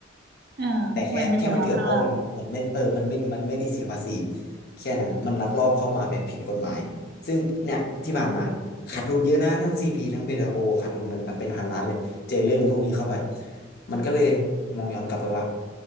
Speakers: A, on the right; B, on the left.
A: อ่า
B: แต่แค่แค่มันเถื่อนเพราะมันมันไม่เออมันไม่มันไม่ได้เสียภาษี
A: มันมีคุณภาพ
B: แค่นั้นมันลักลอบเข้ามาแบบผิดกฎหมายซึ่งเนี่ยที่ผ่านมาขาดทุนเยอะนะทั้งซีพีทั้งเบตาโกขาดทุนเป็นเป็นพันล้านเลยเจอเรื่องพวกนี้เข้าไปมันก็เลยมองย้อนกลับไปว่า